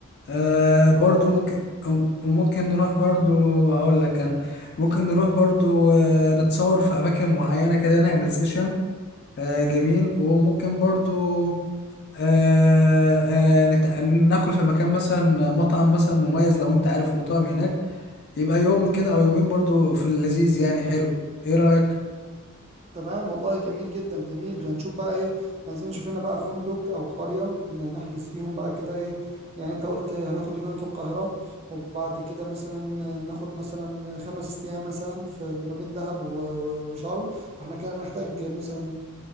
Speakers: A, on the left; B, on the right.
A: آه برضو
B: اه ده برضه
A: ممكن وممكن نروح برضو اقول لك انا ممكن نروح برضو آه، نتصور في اماكن معينه كده نعمل سيشن آه جميل وممكن برضو آه آه نت... ناكل في مكان مثلا مطعم مثلا مميز لو انت عارف مطاعم هناك يبقى يوم كده او يومين برضو في اللذيذ يعني حلو ايه رأيك
B: تمام والله جميل جدا جميل هنشوف بقى ايه عايزين نشوف لنا بقى فندق او قرية ن- نحجز فيهم بقى كده ايه يعني انت قلت هناخد يومين في القاهرة وبعد كده مثلا ناخد مثلا خمس ايام مثلا في ما بين دهب و- و- وشرم فاحنا كده نحتاج مثلا